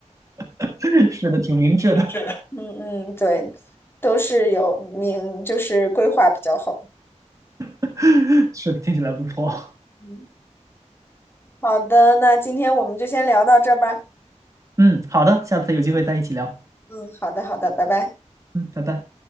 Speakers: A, on the right; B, on the left.
A: <laughs> 是的，挺明智的，
B: 是的嗯嗯，对，都是有名，就是规划比较好。
A: <laughs> 是的，听起来不错。
B: 嗯好的，那今天我们就先聊到这儿吧。
A: 嗯，好的，下次有机会再一起聊。
B: 嗯，好的，好的，拜拜。
A: 嗯，拜拜。